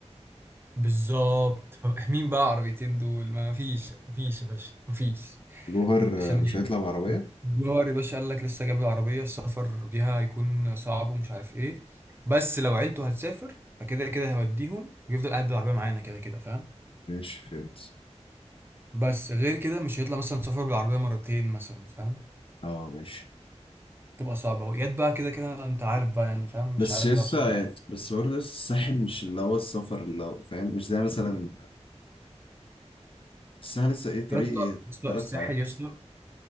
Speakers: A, on the right; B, on the left.
A: بالظبط فمين بقى عربيتين دول ما فيش ما فيش يا باشا ما فيش
B: جوهر
A: عشان
B: آه، مش هيطلع بعربية
A: دولار يا باشا قال لك لسه جاب العربيه السفر بيها هيكون صعب ومش عارف ايه بس لو عيلته هتسافر فكده كده هيوديهم ويفضل قاعد بالعربيه معانا كده كده فاهم
B: ماشي فهمت
A: بس غير كده مش هيطلع مثلا سفر بالعربية مرتين مثلا فاهم
B: اه ماشي
A: تبقى صعبة وياد بقى كده كده انت عارف بقى يعني فاهم مش
B: بس
A: عارف
B: لسه
A: بقى بصراحة
B: يعني بس برضه لسه الساحل مش اللي هو السفر اللي هو فاهم مش زي مثلا الساحل لسه ايه طريق
A: يا اسطى
B: ايه
A: يا اسطى
B: ثلاث
A: الساحل
B: ساعات
A: يا اسطى